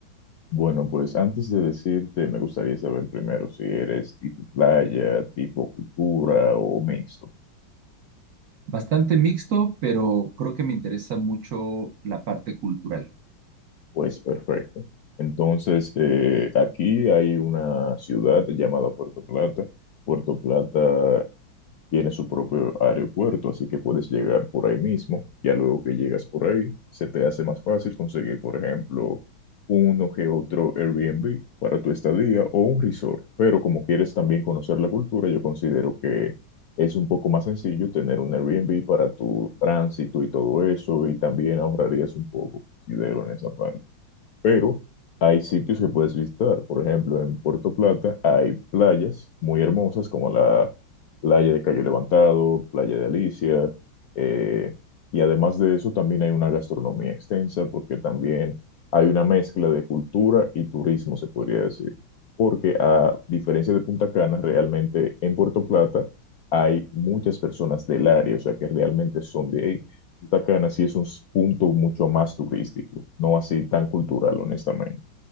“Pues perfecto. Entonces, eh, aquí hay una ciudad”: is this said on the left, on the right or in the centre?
Left